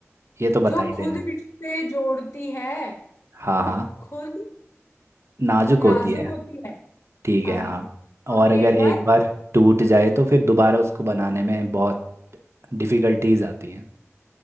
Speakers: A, on the right; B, on the left.
A: ये तो बता
B: जो
A: ही देने
B: खुद रिश्ते जोड़ती है
A: हाँ हाँ
B: और खुद
A: नाजुक
B: नाजुक
A: होती है
B: होती है
A: ठीक
B: हाँ
A: है हाँ
B: और
A: और अगर
B: एक बार
A: एक बार टूट जाए तो फिर दोबारा उसको बनाने में बहुत डिफिकल्टीज आती हैं